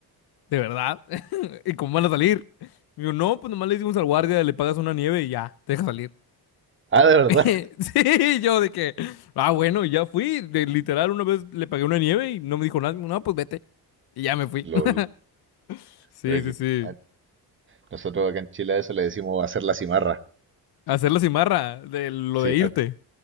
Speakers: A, on the left; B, on the right.
A: ¿de verdad? <laughs> ¿Y cómo van a salir? Y yo, no, pues nomás le decimos al guardia, le pagas una nieve y ya, te deja salir. <laughs>
B: Ah, de verdad.
A: Sí, y yo de que, ah, bueno, y ya fui, de, literal, una vez le pagué una nieve y no me dijo nada, no, pues vete, y ya me fui.
B: LOL.
A: <laughs> Sí,
B: Pero aquí,
A: sí, sí.
B: ah, nosotros acá en Chile a eso le decimos hacer la cimarra.
A: Hacer la cimarra de lo
B: Sí,
A: de irte.
B: ah,